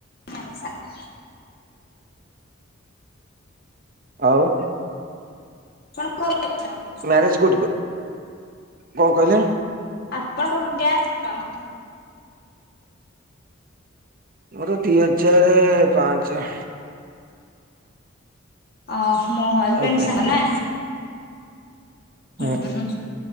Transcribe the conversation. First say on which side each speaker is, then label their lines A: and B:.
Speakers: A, on the left; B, on the right.
A: ମୋ ସାଙ୍ଗ।
B: ଆଉ।
A: <inaudible>
B: ମ୍ୟାରେଜ୍ କୁଠି କ କ କହିଲେ?
A: ଆପଣ କଉ ଗ୍ୟାସ୍ ର?
B: ମୋର ଦି ହଜାର ପାଞ୍ଚ।
A: ଓ ମୋ ହଜବେଣ୍ଡ
B: ଆଉ କଣ
A: ସାଙ୍ଗ
B: କୁହ।
A: ନା। ହୁଁ
B: ହଁ,